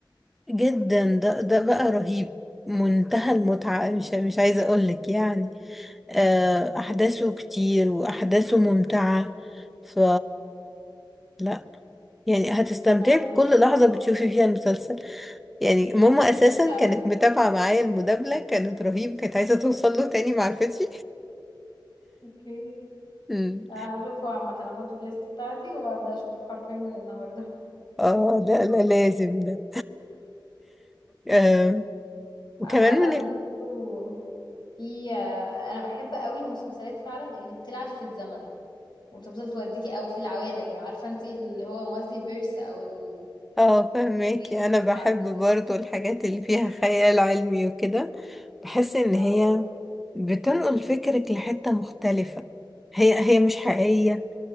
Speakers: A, in the centre; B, on the left (about 60°).
A: جدا ده ده بقى رهيب منتهى المتعة مش مش عايزة أقولك يعني آه، أحداثه كتير وأحداثه ممتعة ف لا يعني هتستمتعي
B: لا انا
A: بكل
B: هشوف
A: لحظة
B: عمرو
A: بتشوفي فيها المسلسل يعني
B: انا
A: ماما أساسا
B: مبسوطه قوي
A: كانت متابعة معايا المدابلة كانت رهيب كانت عايزة توصل له تاني معرفتش
B: اوكي
A: مم.
B: انا هشوفه عامة هحطه في الليست بتاعتي وهبدأ اشوفه حرفيا من النهاردة
A: اه لا لا لازم ده
B: مم.
A: آه وكمان
B: عامة
A: من ال...
B: برضه في انا بحب قوي المسلسلات فعلا اللي بتلعب في الزمن وتفضل توديكي او في العوالم يعني عارفة انت اللي هو مالتي فيرس او ال-
A: اه فهماكي
B: العوالم المتعددة
A: أنا بحب برضو الحاجات اللي فيها خيال علمي وكده بحس إن
B: اه
A: هي بتنقل فكرك لحتة مختلفة هي هي مش حقيقية